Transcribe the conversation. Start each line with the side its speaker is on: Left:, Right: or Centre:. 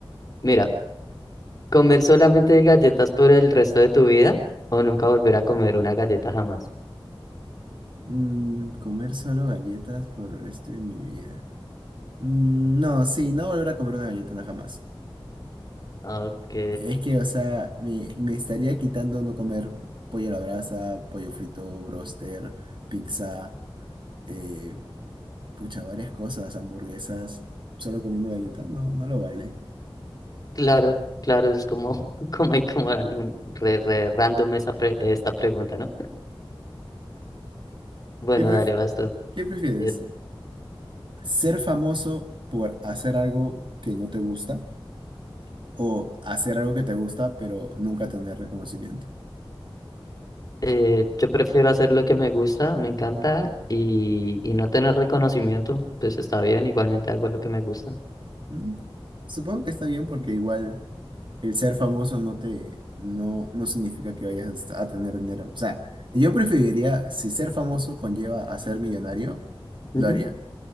Left: Mira, ¿comer solamente galletas por el resto de tu vida o nunca volver a comer una galleta jamás?
Right: Mm, comer solo galletas por el resto de mi vida. Mm, no, sí, no volver a comer una galleta, no jamás.
Left: Ok.
Right: Es que, o sea, me, me estaría quitando no comer pollo a la brasa, pollo frito, broster, pizza. eh, Pucha, varias cosas, hamburguesas, solo comiendo galleta, no, no lo vale.
Left: Claro, claro, es como, <laughs> como hay como algún re, re random esa pre- esta pregunta, ¿no? Bueno,
Right: ¿Qué pref-
Left: dale, vas tú.
Right: qué prefieres?
Left: Eh,
Right: ¿Ser famoso por hacer algo que no te gusta o hacer algo que te gusta pero nunca tener reconocimiento?
Left: eh, yo prefiero hacer lo que me gusta, me encanta, y, y no tener reconocimiento, pues está bien, igualmente hago lo que me gusta.
Right: ¿Mm? Supongo que está bien porque igual el ser famoso no te, no, no significa que vayas a tener dinero. O sea, yo preferiría, si ser famoso conlleva a ser millonario,
Left: Ujú,
Right: lo haría.